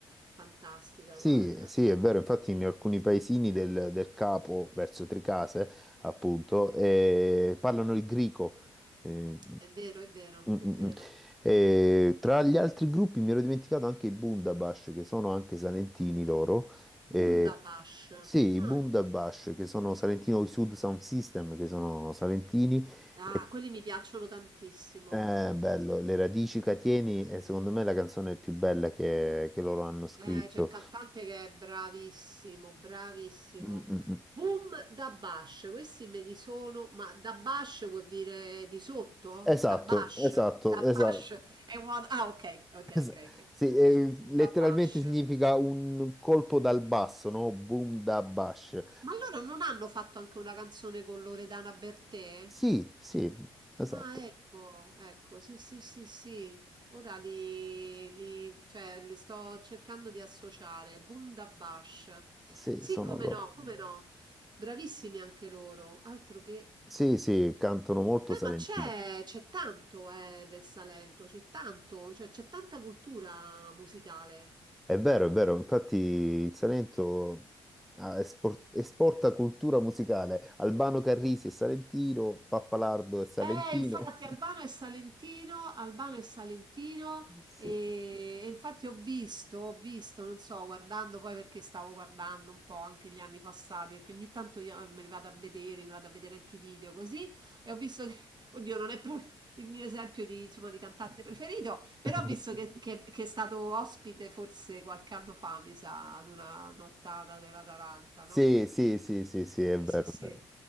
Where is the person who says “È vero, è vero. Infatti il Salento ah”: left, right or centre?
Centre